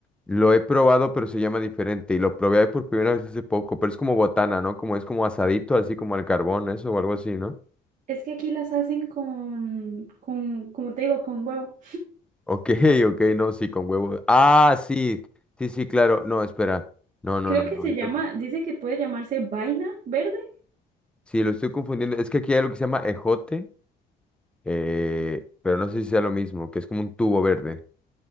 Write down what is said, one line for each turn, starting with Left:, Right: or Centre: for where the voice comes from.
Centre: Lo he probado, pero se llama diferente. Y lo probé por primera vez hace poco, pero es como botana, ¿no? Como es como asadito, así como al carbón, eso o algo así, ¿no?
Right: Es que aquí las hacen con, con, como te digo, con huevo.
Centre: Ok, <laughs> ok, no, sí, con huevo. Ah, sí, sí, sí, claro. No, espera. No, no,
Right: Creo
Centre: no, no.
Right: que se
Centre: esto-
Right: llama, dice que puede llamarse vaina verde.
Centre: Sí, lo estoy confundiendo. Es que aquí hay lo que se llama ejote, eh, pero no sé si sea lo mismo, que es como un tubo verde.